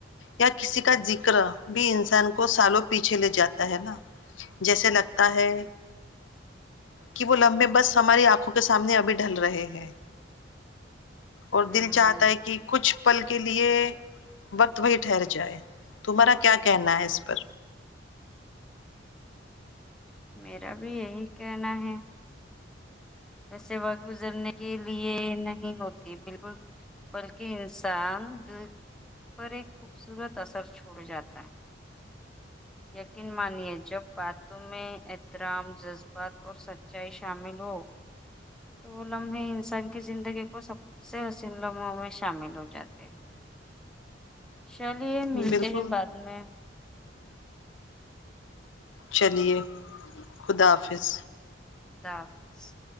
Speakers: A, on the left (about 85°); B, in the centre.
A: یا کسی کا ذکر بھی انسان کو سالوں پیچھے لے جاتا ہے نا جیسے لگتا ہے کہ وہ لمحے بس ہماری آنکھوں کے سامنے ابھی ڈھل رہے ہیں اور
B: ہ
A: دل چاہتا ہے کہ کچھ پل کے لیے وقت وہی ٹھہر جائے تمہارا کیا کہنا ہے اس پر
B: میرا بھی یہی کہنا ہے ویسے وقت گزرنے کے لیے نہیں ہوتی بالکل بلکہ انسان دل پر ایک خوبصورت اثر چھوڑ جاتا ہے یقین مانیے جب باتوں میں احترام جذبات اور سچ چائی شامل ہو تو وہ لمحے انسان کی زندگی کو سب سے حسین لمحوں میں شامل ہو جاتے ہیں چلیے ملتے
A: بالکل
B: ہیں بعد میں
A: چلیے خدا حافظ
B: خدا حافظ